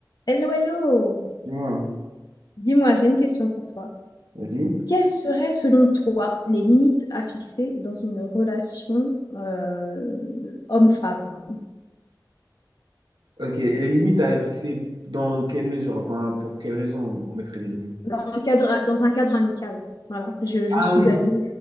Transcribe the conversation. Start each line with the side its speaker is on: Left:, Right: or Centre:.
Left: Hello, hello!
Right: Dis-moi,
Left: Dis-moi, j'ai une question pour toi.
Right: vas-y.
Left: Quelles seraient, selon toi, les limites à fixer dans une relation euh, homme-femme,
Right: Ok, et les limites à fixer dans quelle mesure, enfin, pour quelles raisons on mettrait des limites?
Left: dans le cadre, dans un cadre amical? Voilà, je, je
Right: Ah
Left: suis
Right: oui.
Left: amie,